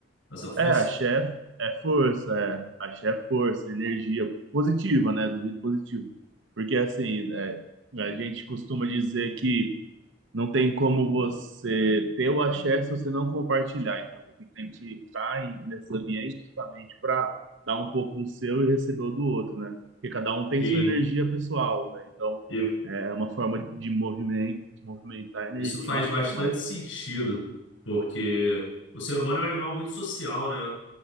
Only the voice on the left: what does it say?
Essa força?
Sim.
E
Isso faz
bastante
sentido, porque o ser humano é um animal muito social, né?